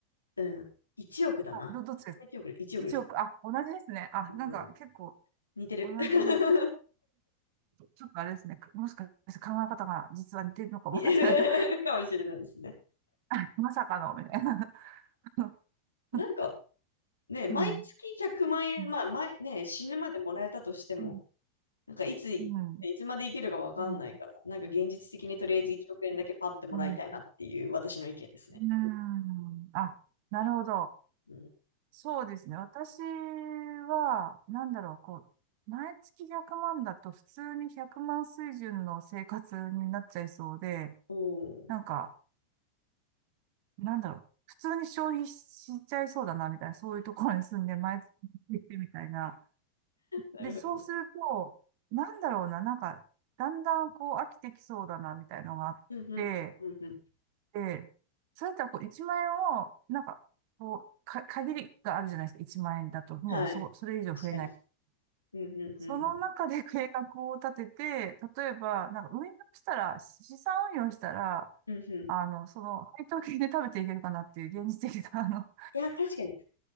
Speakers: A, on the left (about 80°); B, on the right (about 45°).
A: うん、1億だな。
B: あど、どっちです
A: 私も億で、1億です。
B: いち億。あ、同じですね。あ、
A: うん
B: なんか結構、
A: 似てる。
B: 同じ、
A: <laughs>
B: ちょっとあれですね。もしかして考え方が実は似てるのかも。
A: 似てるかもしれないですね。
B: みたいな <laughs> まさかの、みたいな。う
A: なんか
B: ん。
A: ね、毎月100万円、
B: うん。うん。
A: まあ前、ね、死ぬまでもらえたとしても、
B: うん。
A: なんかいつ、いつまで生きるかわかんないから、
B: うん。うん
A: なんか現実的にとりあえず1億円だけパッてもらいたいなっていう私の意見ですね。
B: うんあ、なるほど。
A: うん。
B: そうですね。私は、なんだろう、こう、毎月100万だと普通に100万水準の生活になっちゃいそうで、
A: おー。
B: なんか、なんだろう、普通に消費しちゃいそうだな、みたいな、そういうところに住んで、毎月行ってみたいな。
A: なるほど。
B: で、そうすると、なんだろうな、なんか、だんだんこう飽きてきそうだな、みたいのがあって、
A: うんうんうんうん。
B: で、そうやったらこう1万円を、なんか、こう、か、限りがあるじゃないですか、1万円だと、もうそ、
A: はい。
B: それ以上増えない。
A: 確かに。うんうんうんうん。
B: その中で計画を立てて、例えば、なんか運用したら、資産運用したら、
A: うんうん。
B: あの、その、配当金で食べていけるかなっていう現実的な、あの、
A: いや、確かに。